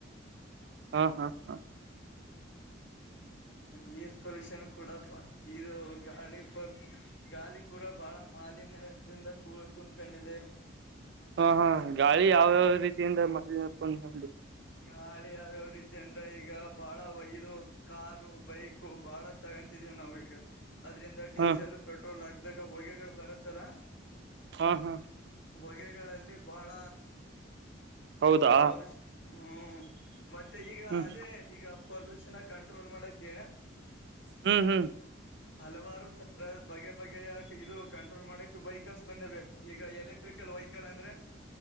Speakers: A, on the right (about 60°); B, on the left (about 70°).
A: ಹಾ ಹಾ ಹಾ
B: ಈ ಏರ್ ಪೊಲ್ಯೂಷನ್ ಕೂಡ <unintelligible> ಇದು ಗಾಳಿ ಪಲ್ ಗಾಳಿ ಕೂಡ ಬಹಳ ಮಾಲಿನ್ಯ <unintelligible> ಕೂಳ್ ತುಂಬಕೊಂಡಿದೆ
A: ಹಾ ಹಾ ಗಾಳಿ ಯಾವ್ಯಾವ ರೀತಿಯಿಂದ <unintelligible>
B: ಗಾಳಿ ಯಾವ ರೀತಿ ಅಂದ್ರ ಈಗ ಬಾಳ ಒಯದು ಕಾರು ಬೈಕು ಬಾಳ ತಗೊಂತಿದೀವಿ್ ನಾವು ಈಗ ಅದ್ರಿಂದ ಡೀಸೆಲ್
A: ಹಾ
B: ಪೆಟ್ರೋಲ್ ಆಗದಾಗ ಹೊಗೆಗಳು ಬರುತ್ತಲ್ಲಾ
A: ಹಾ ಹಾ
B: ಹೊಗೆಗಳಲ್ಲಿ ಬಹಳ
A: ಹೌದಾ
B: ಪೊಲೀಸ್ ಹ್ಮ್ ಮತ್ತೆ ಈಗ
A: ಹ್ಮ್
B: ಅದೇ ಈಗ ಪೊಲ್ಯೂಷನ ಕಂಟ್ರೋಲ್ ಮಾಡಕ್ಕೆ.
A: ಹ್ಮ್ ಹ್ಮ್.
B: ಹಲವಾರು ತರ ಬಗೆ ಬಗೆಯಕ ಇದು ಕಂಟ್ರೋಲ್ ಮಾಡಕ್ ವೆಹಿಕಲ್ಸ್ ಬಂದೆ ಈಗ ಎಲೆಕ್ ಲೆಕ್ಟ್ರಿಕಲ್ ವೆಹಿಕಲ್ ಅಂದ್ರೆ